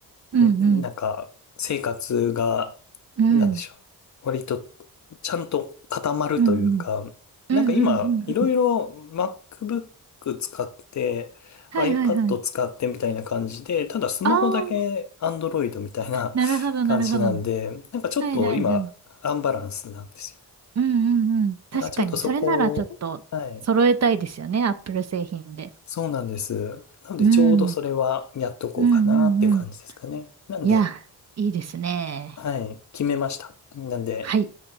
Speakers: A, on the right; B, on the left.
A: うん、
B: んなんか、
A: うん、
B: 生活が、
A: うん、
B: なんでしょう。割と、ちゃんと固まるというか、
A: うん、うん、
B: なんか今、
A: うん、うん、うん。
B: いろいろ
A: うん
B: MacBook 使って、
A: はいはいはい。
B: iPad 使ってみたいな感じで、ただスマホだけ
A: ああ、
B: Android みたいな
A: なるほど、
B: <laughs> 感じなんで、
A: なるほど。
B: なんかちょっと今、
A: はいはいはい。
B: アンバランスなんですよ。
A: うん、うん、うん。確かに、
B: だからちょっとそこを、
A: それならちょっと揃えたいですよね、
B: はい。
A: Apple 製品で。
B: そうなんです。なので、
A: うん。
B: ちょうどそれはやっとこうかなっていう感じですかね。
A: うんうんうん。
B: なんで、
A: いや、いいですね。
B: はい、決めました。なんで、
A: はい。